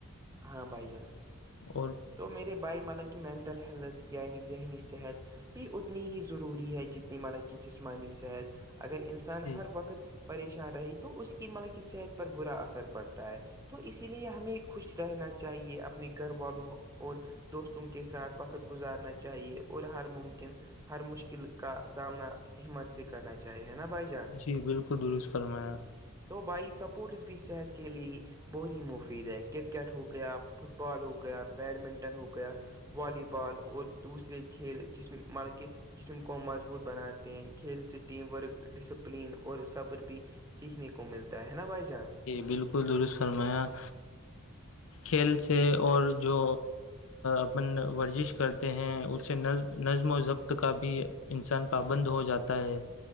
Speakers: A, on the right (about 15°); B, on the left (about 75°).
A: ہاں بھائی جان
B: اور
A: تو میرے بھائی مطلب کہ مینٹل ہیلتھ یعنی ذہنی صحت بھی اتنی ہی ضروری ہے جتنی مطلب کہ جسمانی صحت اگر انس ان
B: جی
A: ہر وقت پریشان رہی تو اس کی مطلب کی صحت پر برا اثر پڑتا ہے تو اسی لیے ہمیں خوش رہنا چاہیے اپنے گھر والوں اور دوستوں کے ساتھ وقت گزارنا چاہیے اور ہر ممکن ہر مشکل کا سامنا ہمت سے کرنا چاہیے ہے نا بھائی جان
B: جی بالکل درست فرمایا
A: تو بھائی سپورٹس بھی صحت کے لیے بہت ہی مفید ہے کرکٹ ہو گیا فٹ بال ہو گیا بیڈمنٹن ہو گیا والی بال اور دوسرے کھیل جس میں مطلب کہ جسم کو مضبوط بناتے ہیں کھیل سے ٹیم ورک ڈسپلین اور صبر بھی سیکھنے کو ملتا ہے نا بھائی جان
B: بالکل درست فرمایا کھیل سے اور جو اپن ورزش کرتے ہیں اسے نظم نظم و ضبط کا بھی انسان پابند ہو جاتا ہے